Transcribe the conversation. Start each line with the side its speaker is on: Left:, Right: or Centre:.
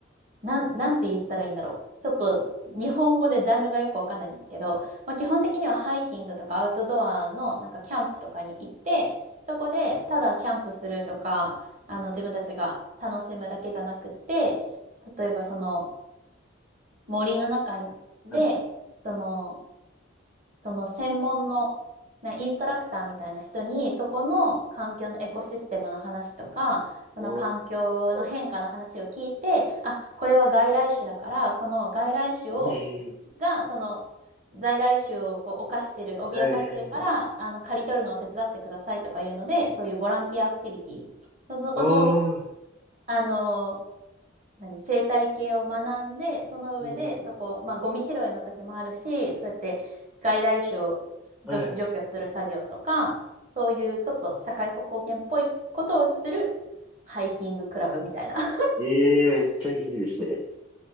Right: う。なん、なんて言ったらいいんだろう。ちょっと日本語でジャンルがよくわかんないんですけど、まあ、基本的にはハイキングとかアウトドアのなんかキャンプとかに行って、そこでただキャンプするとか、あの自分たちが楽しむだけじゃなくて、例えばその森の中で、
Centre: はい。
Right: そのその専門の、ね、インストラクターみたいな人に、そこの環境のエコシステムの話とか、この環境の変化の話を聞いて、
Centre: おー。
Right: あ、これは外来種だから、この外来種を、
Centre: いい。
Right: が、その、在来種をこう犯してる、脅かしてるから、
Centre: はいはいはい。
Right: あの、刈り取るのを手伝ってくださいとかいうので、そういうボランティアアクティビティ。そそこの、
Centre: おー。
Right: あの何、生態系を学んで、その上で、
Centre: いい。
Right: そこ、まあ、ゴミ拾いの時もあるし、そうやって外来種を除除去する作業とか、
Centre: はいはい。
Right: そういうちょっと社会貢献っぽいことをするハイキングクラブみたいな、<laughs>
Centre: ええめっちゃいいですね。